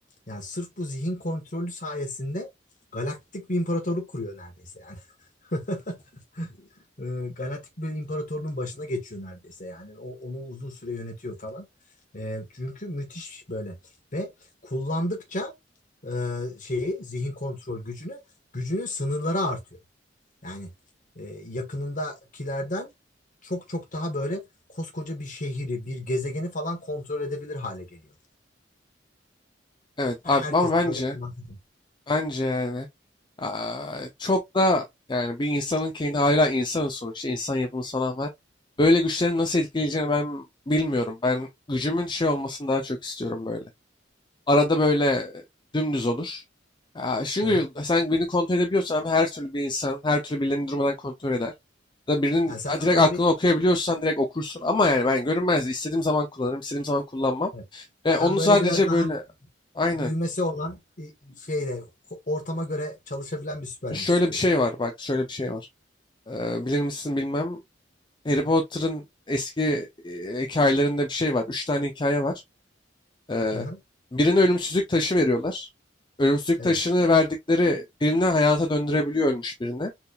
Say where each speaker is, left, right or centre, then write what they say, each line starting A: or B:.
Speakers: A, on the left; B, on the left.
A: Yani sırf bu zihin kontrolü sayesinde galaktik bir imparatorluk kuruyor neredeyse yani. <laughs> e, Galaktik bir imparatorluğun başına geçiyor neredeyse yani o, onu uzun süre yönetiyor falan. E, çünkü müthiş böyle ve kullandıkça e, şeyi zihin kontrol gücünü gücünün sınırları artıyor. Yani e, yakınındakilerden çok çok daha böyle koskoca bir şehri bir gezegeni falan kontrol edebilir hale geliyor.
B: Evet
A: Herkes
B: abi ama bence
A: böyle kullanıyor.
B: Bence yani aa, çok da yani bir insanın kendi hala insanın sonuçta insan yapımı falan var. Böyle güçlerin nasıl etkileyeceğini ben bilmiyorum. Ben gücümün şey olmasını daha çok istiyorum böyle. Arada böyle dümdüz olur. Aa, çünkü
A: Hı hı.
B: sen birini kontrol edebiliyorsan abi her türlü bir insan her türlü birilerini durmadan kontrol eder. Ya da birinin
A: Yani sen
B: ha, direkt
A: arada
B: aklını
A: bir
B: okuyabiliyorsan direkt okursun. Ama yani ben görünmez istediğim zaman kullanırım istediğim zaman kullanmam.
A: evet.
B: Ve onu
A: sen böyle
B: sadece
A: biraz daha
B: böyle aynen
A: düğmesi olan e, şeyle ko- ortama göre çalışabilen bir süper
B: şöyle
A: güç istiyorsun.
B: bir şey var bak şöyle bir şey var. Eee, bilir misin bilmem. Harry Potter'ın eski eee, hikayelerinde bir şey var. Üç tane hikaye var. Eee,
A: Hı hı,
B: birine ölümsüzlük taşı veriyorlar. Ölümsüzlük
A: evet.
B: taşını verdikleri birine hayata döndürebiliyor ölmüş birine.